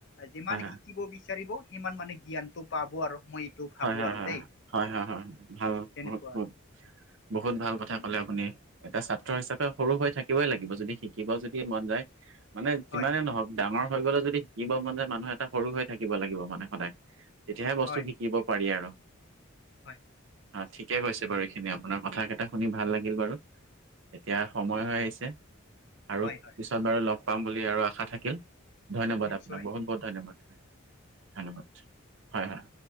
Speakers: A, on the left (about 60°); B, on the right (about 65°).
A: যিমান
B: হয়
A: শিকিব বিচাৰিব সিমান মানে জ্ঞানটো পাব আৰু মই এইটো ভাবো
B: হয় হয়
A: আৰু দেই
B: হয় হয়। ভাল
A: তেনেকুৱা
B: বহুত বহুত বহুত ভাল কথা ক'লে আপুনি। এটা ছাত্ৰ হিচাপে সৰু হৈ থাকিবই লাগিব যদি শিকিব যদি মন যায়। মানে যিমানে
A: হয়
B: নহওঁক ডাঙৰ হৈ গ'লে যদি শিকিব মন যায় মানুহ এটা সৰু হৈ থাকিব লাগিব মানে সদায়। তেতিয়াহে বস্তু
A: হয়
B: শিকিব পাৰি আৰু।
A: হয়
B: অ' ঠিকে কৈছে বাৰু এইখিনি আপোনাৰ কথা কেইটা শুনি ভাল লাগিল বাৰু। এতিয়া
A: হয়
B: সময় হৈ আহিছে আৰু
A: হয় হয়
B: পিছত বাৰু লগ পাম বুলি আৰু আশা থাকিল। ধন্যবাদ
A: নিশ্চয়
B: আপোনাক বহুত বহুত ধন্যবাদ। ধন্যবাদ হয় হয়।